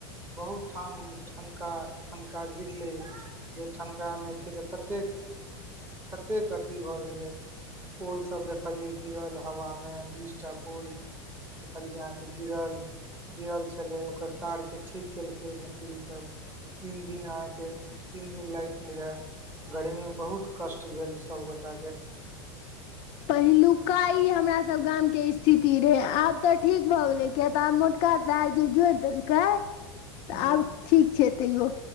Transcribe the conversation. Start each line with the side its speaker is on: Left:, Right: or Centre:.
Right: बहुत ठाम ठनका ठनका गिरलै जे ठनकामे छै तऽ कतेक कतेक अथी भऽ गेलै पोल सब देख देखलियै गिरल हवा मे बीसटा पोल देखलियए अहाँ के गिरल गीरल छलै ओकर तार के ठीक केलकै मिस्त्री सब तीन दिन अहाँके तीन दिन लाइट नहि रहे गर्मी में बहुत कष्ट भेल सब गोटा के
Left: पहिलुका ई हमरा सब गामके स्थिति रहै आब तऽ ठीक भऽ गेलै किया तऽ आब मोट का तार जे जोड़ि देलकै तऽ
Right: ह
Left: आब ठीक छै तैयो